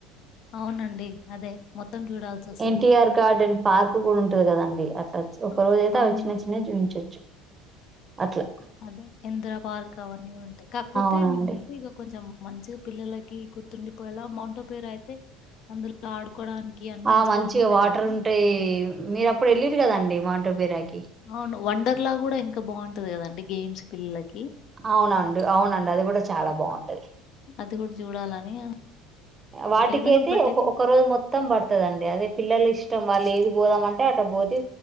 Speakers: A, on the left; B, on the right.
A: అవునండి. అదే మొత్తం చూడాల్సొస్తది.
B: ఎన్టీటిఆర్ గార్డెన్ పార్క్ కూడా ఉంటది కదం ఒక
A: అ!
B: రోజు అయితే
A: అవునవును.
B: అవి చిన్న చిన్న చూపించవచ్చు అట్లా
A: అదే ఎంద్ర పార్క్ అవన్న ఉ కాక్కుతి
B: అవునండి
A: మేమైతే ఇక కొంచెం మంచిగా పిల్లలకి గుర్తుండిపోయేలా మౌంటో పేరు అయితే అందులో ఆడుకోవడానికి అన్ని
B: ఆ
A: వస్తువులుంటాయి
B: మంచిగా వాటర్
A: గదా!
B: ఉంటాయి మీరు అప్పుడు వెళ్ళరు కదండి మాటో పేరాకి
A: అవును వండర్లా కూడా ఇంకా బాగుం టుంది కదండి గేమ్స్ పిల్లలకి
B: అవునండి అవునండి అది కూడా చాలా బాగుం ది
A: అది కూడా చూడాలని
B: వాటికయితే
A: ఏదైనా ఒకటైతే
B: ఒక ఒక రోజు మొత్తం పడుతుదండి అదే పిల్లలు ఇష్ ఇష్టం వాళ్ళు ఏది పోదామంటే అటు పోతే